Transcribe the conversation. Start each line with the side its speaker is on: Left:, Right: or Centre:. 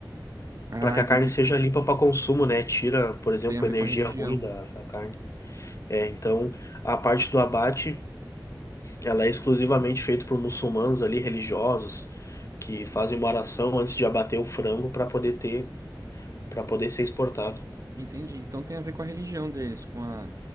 Right: Ah,
Left: para que
Right: entendi.
Left: a carne seja limpa para consumo, né? Tira, por exemplo,
Right: Tem a ver
Left: energia
Right: com a religião.
Left: ruim da, da carne. É, então a parte do abate, ela é exclusivamente feita por muçulmanos ali religiosos que fazem uma oração antes de abater o frango para poder ter, para poder ser exportado.
Right: Entendi. Então tem a ver com a religião deles, com a